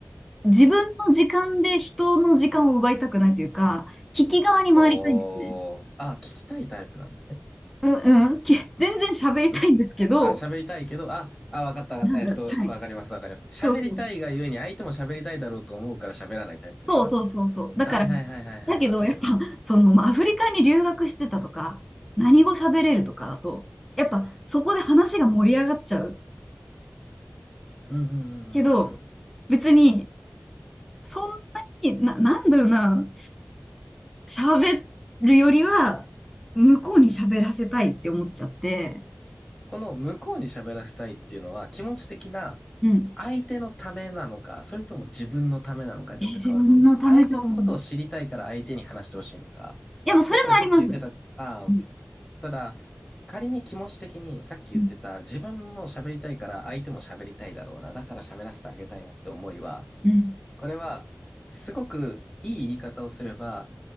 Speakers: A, in the centre; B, on the left.
A: 自分の時間で人の時間を奪いたくないというか、聞き側に回りたいんですね。
B: おー。あ、聞きたいタイプなんですね。
A: うんうん。き全然喋りたいんですけど、
B: んあ、喋りたいけど、あ、あ、わかったわかった。
A: なんだろう。
B: えっと、
A: はい。
B: わかります、わかります。喋りたいがゆえに相手も喋りたいだろうと思うから喋らないタイプですか
A: そうそう。そうそうそうそう。だから、
B: はいはいはいはいはい、
A: だけど、
B: わかります。
A: やっぱ、その、まあアフリカに留学してたとか、何語喋れるとかだと、やっぱ、そこで話が盛り上がっちゃう。
B: うんうんうんうんうんう
A: けど、
B: ん。
A: 別に、そんなに、な、なんだろうな、喋るよりは、向こうに喋らせたいって思っちゃって、
B: この向こうに喋らせたいっていうのは気持ち的な
A: うん。
B: 相手のためなのか、それとも自分のためなのかによって変わると思うんですね。
A: え、自分のためかも。
B: 相手のことを知りたいから相手に話してほしいのか、
A: いや、もうそれもあります。
B: それともさっき言ってた、ああ、
A: うん、
B: OK です。ただ、仮に気持ち的にさっき言ってた自分も喋りたいから相手も喋りたいだろうな、
A: うん、
B: だから喋らせてあげたいなって思いは、
A: うん、
B: これはすごくいい言い方をすれば、